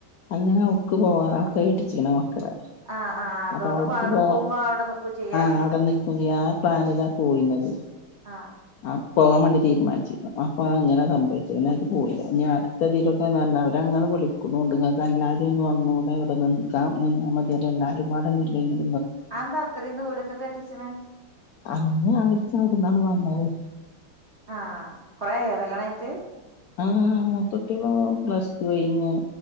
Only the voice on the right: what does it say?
ആഹ് ആഹ് അതോണ്ട്
അങ്ങട്
പോകുമ്പോ അവിടെ നിക്കും ചെയ്യാ
ആഹ്
അത് എന്താ അത്രയും ദൂരത്തൊ കെട്ടിച്ചനേ
ആഹ കൊറേയായോ കല്യാണം കഴിഞ്ഞട്ട്